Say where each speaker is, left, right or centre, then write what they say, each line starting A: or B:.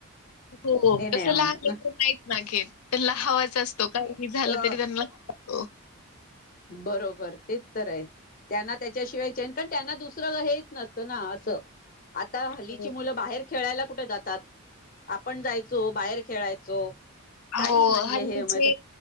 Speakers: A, on the left; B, on the left.
A: हो
B: नाही
A: त लहान लकर मात ना घे तर ल हवाच असतो काही झालं
B: हो
A: तरी त्यांना तो <unintelligible>
B: बरोबर तेच तर आहे <unintelligible> त्यांना त्याच्याशिवाय न कारण त्यांना दुसरं हेच नसतं ना असं आता हल्लीची
A: हो
B: मुलं बाहेर खेळायला कुठे जातात आपण जायचो बाहेर खेळायचो <unintelligible>
A: होय
B: काही म्हणजे
A: हल्लीचे
B: हे मत